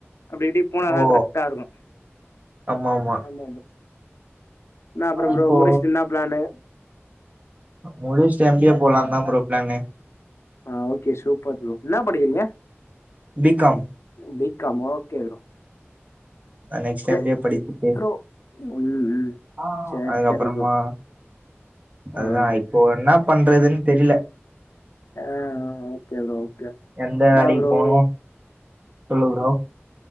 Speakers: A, on the left; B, on the right.
A: அப்படி இப்படி போனாதான்
B: ஓ
A: கரெக்டா இருக்கும்
B: ஆமாம்மா
A: ஆமா ப்ரோ என்ன அப்புறம் ப்ரோ
B: இப்போ
A: முடிச்சுட்டு என்ன பிளானு
B: முடிச்சிட்டு எம் பி ஏ போலான்தான் ப்ரோ பிளானு
A: ஆ ஓகே சூப்பர் ப்ரோ என்னா படிக்கறீங்க?
B: பி காம்
A: பி காமா ஓகே ப்ரோ
B: அ நெக்ஸ்ட்
A: சரி
B: எம் பி ஏ யே படிச்சிட்டு
A: ப்ரோ ம் ம்
B: ஆ
A: சரி
B: அதுக்கப்பறமா
A: சரி ப்ரோ ஆ
B: அதான் இப்போ என்னா பண்றதுன்னு தெரில
A: அ ஓகே ப்ரோ ஓகே
B: எந்த
A: என்ன
B: வேலைக்கு
A: ப்ரோ
B: போனு சொல்லு ப்ரோ?